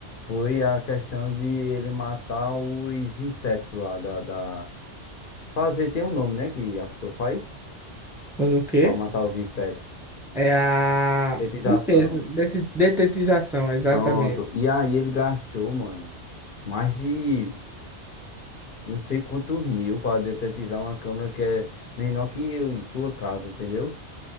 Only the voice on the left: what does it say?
Foi a questão de ele matar os insetos lá da, da... Fazer tem um nome, né? Que a pessoa faz
pra matar os insetos.
Detetização.
Pronto. E aí ele gastou, mano, mais de Não sei quantos mil para detetizar uma câmera que é menor que eu e tua casa, entendeu?